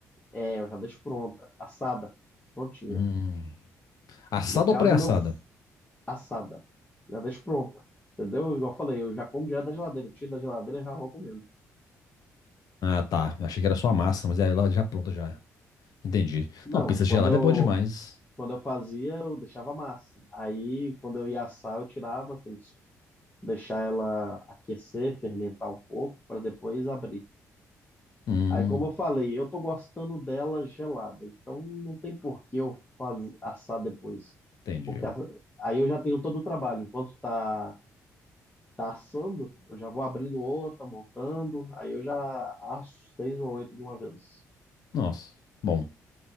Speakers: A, on the left (about 20°); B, on the left (about 65°).
A: é, eu já deixo pronta, assada, prontinha.
B: Hum. Assada
A: No caso,
B: ou pré-assada?
A: o meu f- assada, já deixo pronta, entendeu? Igual eu falei, eu já como direto da geladeira, tiro da geladeira e já vou comendo.
B: Ah, tá. Eu Achei que era só a massa, mas aí ela já pronta já. Entendi.
A: Não,
B: Não, pizza
A: quando
B: gelada
A: eu,
B: é boa demais.
A: quando eu fazia, eu deixava massa. Aí, quando eu ia assar, eu tirava, assim, deixar ela aquecer, fermentar um pouco, para depois abrir.
B: Hum,
A: Aí, como eu falei, eu tô gostando dela gelada, então não tem por que eu faz- assar depois.
B: entendi.
A: Porque a- aí eu já tenho todo o trabalho. Enquanto tá, tá assando, eu já vou abrindo outra, montando, aí eu já asso seis ou oito de uma vez.
B: Nossa. Bom.